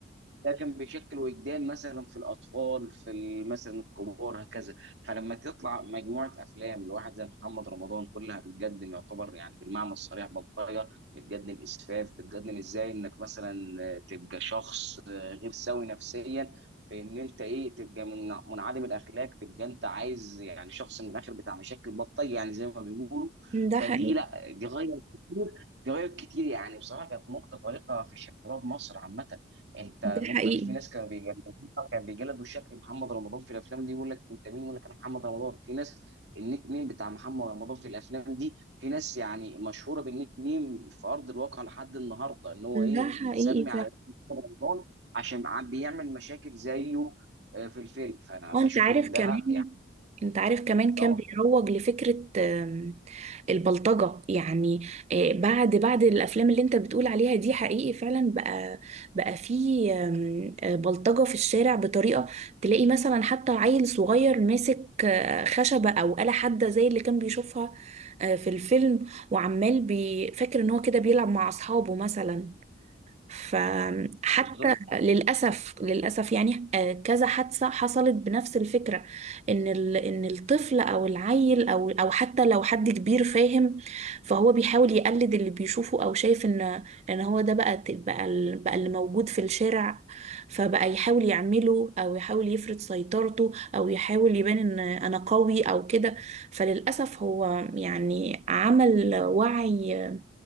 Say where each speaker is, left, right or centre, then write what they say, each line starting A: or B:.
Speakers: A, on the right; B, on the right.
A: ده كان بيشكل وجدان مثلا في الاطفال في ال- مثلا الكبار هكذا فلما تطلع مجموعه افلام لواحد زي محمد رمضان كلها بتقدم يعتبر يعني بالمعنى الصريح بلطجه بتقدم اسفاف بتقدم ازاي انك مثلا آه، تبقى شخص آه، غير سوي نفسيا في ان انت ايه تبقى من منعدم الاخلاق تبقى انت عايز يعني شخص من الاخر بتاع مشاكل بلطجه يعني زي ما بيقولوا
B: ده
A: فدي
B: حقيقي
A: لا دي غير كتير دي غير كتير يعني بصراحه كانت نقطه فارقه في شباب مصر عامه انت
B: ده
A: النقطه
B: حقيقي
A: دي في ناس كانوا بيجلدوها كان بيجلدوا شكل محمد رمضان في الافلام دي يقول لك انت مين يقول لك انا محمد رمضان في ناس النيك نيم بتاع محمد رمضان في الافلام دي في ناس يعني مشهوره بالنيك نيم في ارض الواقع لحد النهارده ان هو ايه
B: ده حقيقي
A: متسمي على اسم محمد رمضان عشان عم بيعمل مشاكل زيه آه، في الفيلم فانا
B: اه انت
A: اشوف
B: عارف
A: ان
B: كمان
A: ده يعني
B: انت عارف كمان كان
A: غلط.
B: بيروج لفكرة آم، البلطجة يعني آه، بعد بعد الافلام اللي انت بتقول عليها دي حقيقي فعلا بقى بقى في آم، آه، بلطجة في الشارع بطريقة تلاقي مثلا حتى عيل صغير ماسك آه، خشبة او آلة حادة زي اللي كان بيشوفها آه، في الفيلم وعمال بي- فاكر ان هو كده بيلعب مع اصحابه مثلا فحتى
A: بالظبط
B: للأسف للأسف يعني آه، كذا حادثة حصلت بنفس الفكرة إن ال- إن الطفل أو العيل أو أو حتى لو حد كبير فاهم فهو بيحاول يقلد اللي بيشوفه أو شايف إن إن هو ده بقى ت- بقى ال- بقى اللي موجود في الشارع فبقى يحاول يعمله أو يحاول يفرض سيطرته أو يحاول يبان إن أنا قوي أو كده فللأسف هو يعني عمل وعي